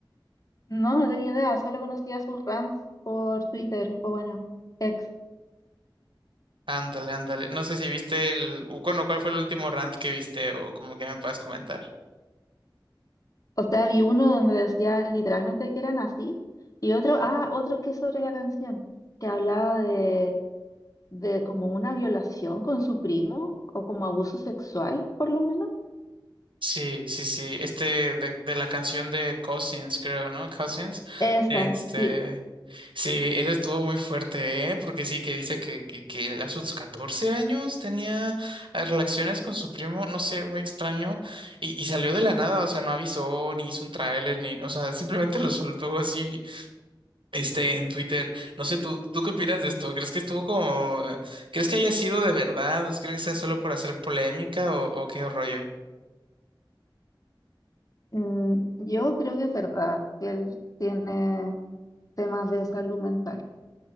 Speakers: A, on the left (about 45°); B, on the right (about 80°).
A: No, no tenía idea, solo conocía sus rants por Twitter, o bueno, ex.
B: Ándale, ándale. No sé si viste el, o bueno, ¿cuál fue el último rant que viste o como que me puedas comentar?
A: O sea, vi uno donde decía literalmente que eran así, y otro, ah, otro que es sobre la canción, que hablaba de, de como una violación con su primo, o como abuso sexual, por lo menos.
B: Sí, sí, sí. Este de, de la canción de Cousins, creo, ¿no? Cousins.
A: Esa,
B: Este,
A: sí.
B: sí, ese estuvo muy fuerte, ¿eh? Porque sí, que dice que, que, que él a sus 14 años tenía eh, relaciones con su primo, no sé, muy extraño. Y, y salió de la nada, o sea, no avisó, ni hizo un tráiler, ni, o sea, simplemente lo soltó así este, en Twitter. No sé, ¿tú, tú qué opinas de esto? ¿Crees que estuvo como... eh, ¿Crees que haya sido de verdad? ¿Crees que sea solo por hacer polémica o, o qué rollo?
A: Mm, yo creo que es verdad que él tiene temas de salud mental.